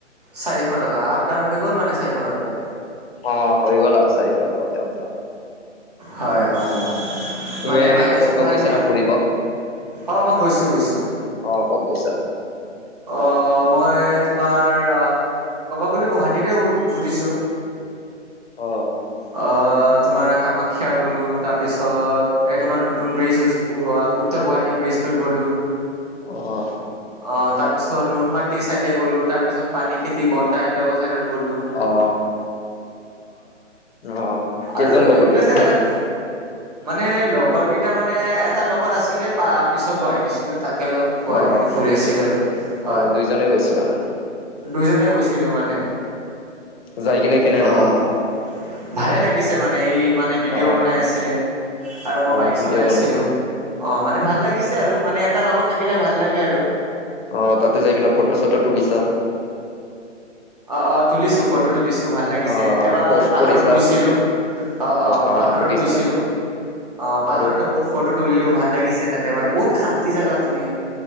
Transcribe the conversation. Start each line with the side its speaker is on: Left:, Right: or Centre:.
Right: চাৰিশ টকা, আপ- ডাউন হৈ গ'ল মানে চাৰিশ টকাতে।
Left: অ', হৈ গ'ল আৰু, চাৰিশ টকাতে আপ ডাউন।
Right: হয়, হয়, হয়।
Left: তুমি
Right: মানে
Left: এনেকা
Right: মাইলেজটো
Left: ক'তবা
Right: ভাল
Left: গৈছা
Right: দিয়ে
Left: না
Right: মানে।
Left: ফুৰিব
Right: অ', মই গৈছোঁ, গৈছোঁ।
Left: অ', ক'ত গৈছা?
Right: অ', মই তোমাৰ আ ক'ব গ'লে গুৱাহাটীতে ঘূ- ঘূৰিছোঁ।
Left: অ',
Right: অ', তোমাৰ কামাখ্যা গ'লো। তাৰপিছত এই তোমাৰ নতুন ব্ৰিজ হৈছে, উ, আ উত্তৰ- গুৱাহাটীৰ ব্ৰিজটোত গ'লো।
Left: অহ,
Right: অ' তাৰপিছত নুনমাটিৰ চাইডে গ'লো। তাৰপিছত পানীখেতি, বন্দা এইবিলাকৰ চাইডত গ'লো। তাৰ
Left: অ অ', কেইজন
Right: আৰু
Left: লগৰ
Right: এইবিলাকে
Left: গৈছিলা
Right: জেগাতে মানে, লগৰকেইটা মানে, এটা লগত আছিলে, পা- পিছত বহাই দিছিলোঁ। তাকে লগ বহাই
Left: অ
Right: পিনে ফুৰি আছিলোঁ আৰু। হয়
Left: অ', দুইজনে গৈছিলা মানে?
Right: দুইজনে গৈছিলোঁ মানে।
Left: যায় কিনে কেনে লাগিল?
Right: অ' ভালে লাগিছে মানে, এই মানে ভিডিঅ'
Left: অ
Right: বনাই আছিলে। আৰু মই
Left: অ
Right: বাইক চলাই
Left: ভিডিঅ' বনাইছা
Right: আছিলোঁ। অ', মানে ভাল লাগিছে আৰু, মানে এটা লগত থাকিলে ভাল লাগে আৰু।
Left: অ', তাতে যায় কেনে ফটো- চটো তুলিছা?
Right: অ', অ', তুলিছো, ফটো তুলিছো। ভাল লাগিছে,
Left: অ
Right: এবাৰ
Left: পষ্ট
Right: আমি পাহাৰত
Left: কৰিছা
Right: গৈছিলোঁ। অ', অ'
Left: পাহাৰতো
Right: পাহাৰত
Left: গৈছিলা
Right: গৈছিলোঁ। অ' পাহাৰতো
Left: আৰু
Right: বহুত ফটো তুলিলো। ভাল লাগিছে, তাতে মানে বহুত শান্তি জেগা তুমি